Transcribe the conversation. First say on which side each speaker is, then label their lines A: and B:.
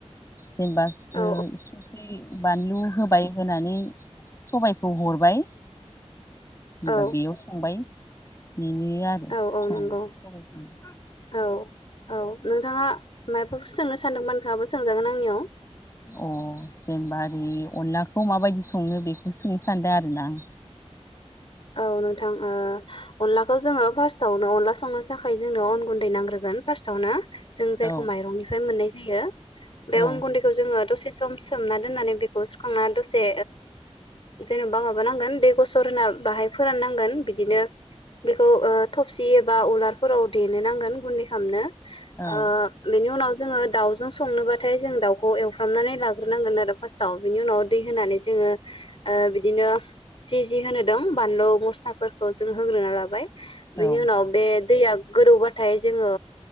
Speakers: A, on the left; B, on the left.
A: जेनेबा
B: औ
A: ओ संख्रि बानलु होबाय होनानै सबाइखौ हरबाय होमबा
B: औ
A: बेयाव संबाय। बेनो आरो सङो
B: औ औ नंगौ
A: सबाइ सङो
B: औ औ नोंथाङा मायबाफोर सोंनो सानदोंबा नोंथाङाबो सोंजागोन आंनियाव।
A: अ जेनबा ओरै अनलाखौ माबायदि संनो बेखौसो सोंनो सानदों आरो ना आं।
B: औ नोंथां ओ अनलाखौ जोङो फार्स्टआवनो अनला संनो थाखाय जोंनो अन गुन्दै नांग्रोगोन। फार्स्टआवनो जों जायखौ
A: औ
B: माइरंनिफ्राय मोननाय जायो। बे
A: औ
B: अन गुन्दैखो जोङो दसे सम सम सोमना दोननानै बेखौ सुखांना दसे जेनबा माबानांगोन दै गसर होनना बाहाय फोराननांगोन बिदिनो बेखौ ओ थबसि एबा उलारफोराव देनो नांगोन गुन्दै खालामनो
A: औ
B: आ बेनि उनाव जोङो दाउजों संनोबाथाय जों दाउखौ एवफ्रामनानै लाग्रोनांगोन आरो फार्स्टआव बिनि उनाव दै होनानै जोङो। ओ बिदिनो जि जि होनो बानलु मस्लाफोरखौ जों होग्रोना लाबाय। बे
A: औ
B: नि उनाव बेे दैया गोदौबाथाय जोङो